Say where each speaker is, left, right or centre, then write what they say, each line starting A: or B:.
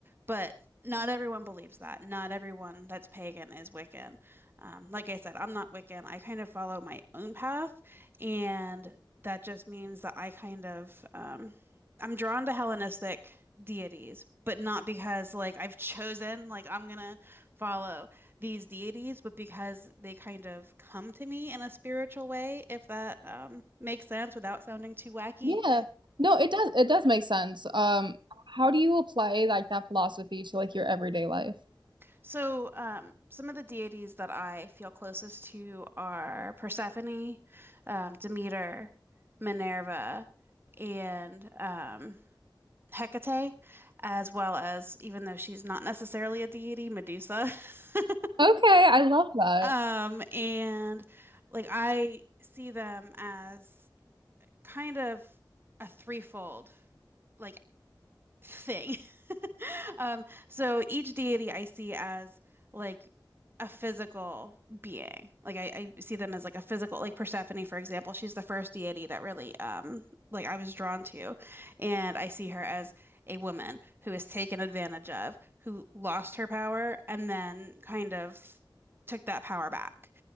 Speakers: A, on the right; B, on the right.
A: But not everyone believes that. Not everyone that's pagan is Wiccan. Um, like I said, I'm not Wiccan. I kind of follow my own path, and that just means that I kind of um I'm drawn to Hellenistic deities, but not because like I've chosen like I'm gonna follow these deities, but because they kind of come to me in a spiritual way, if that um, makes sense without sounding too wacky.
B: Yeah. No, it does it does make sense. Um, how do you apply like that philosophy to like your everyday life?
A: So, um, some of the deities that I feel closest to are Persephone, um, Demeter, Minerva, and um, Hecate, as well as, even though she's not necessarily a deity, Medusa. <laughs>
B: Okay, I love that.
A: Um, and like I see them as kind of a threefold. Like thing. <laughs> Um, so each deity I see as like a physical being. Like I, I see them as like a physical, like Persephone, for example, she's the first deity that really um like I was drawn to. And I see her as a woman who is taken advantage of, who lost her power and then kind of took that power back.